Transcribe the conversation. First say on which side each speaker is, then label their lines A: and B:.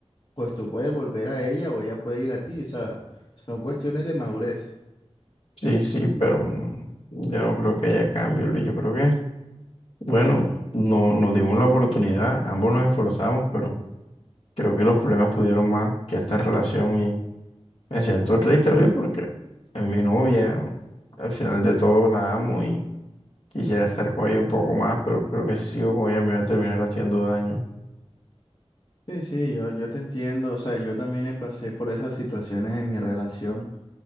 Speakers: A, on the left; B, on the left.
A: pues tú puedes volver a ella o ella puede ir a ti. O sea, son cuestiones de madurez.
B: sí, sí, pero mm, yo no creo que haya cambio, Luis. Yo creo que, bueno, no, nos dimos la oportunidad, ambos nos esforzamos, pero creo que los problemas pudieron más que esta relación y me siento triste, Luis, porque es mi novia, al final de todo la amo y quisiera estar con ella un poco más, pero creo que si sigo con ella me va a terminar haciendo daño.
A: Sí, sí, yo, yo te entiendo. O sea, yo también eh, pasé por esas situaciones en mi relación.